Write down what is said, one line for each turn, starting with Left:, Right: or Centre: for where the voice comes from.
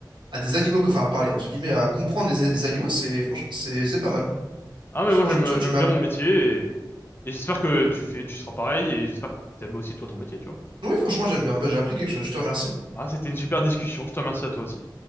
Right: à des animaux, enfin, à parler, entre guillemets, à comprendre les, les animaux, c'est, franchement, c'est, c'est pas mal.
Left: Ah mais
Right: Franchement,
Left: moi j'aime
Right: tu,
Left: euh,
Right: tu
Left: j'aime
Right: m'as.
Left: bien mon métier et, et j'espère que tu fais tu seras pareil et j'espère que t'aimes aussi toi ton métier, tu vois.
Right: Oui, franchement, j'aime bien. Bah, j'ai appris quelque chose, je te remercie.
Left: Bah c'était une super discussion, je te remercie à toi aussi.